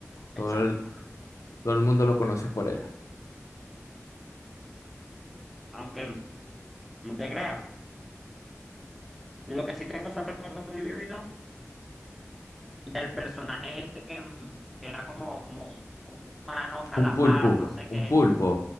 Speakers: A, in the centre; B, on the left.
A: Exacto.
B: Todo el- todo el mundo lo conoce por él.
A: Aunque no te creas, lo que sí tengo son recuerdos muy vividos del personaje este que, mm, que era como, como un, un humano calamar,
B: Un pulpo,
A: no
B: po,
A: sé qué.
B: un pulpo.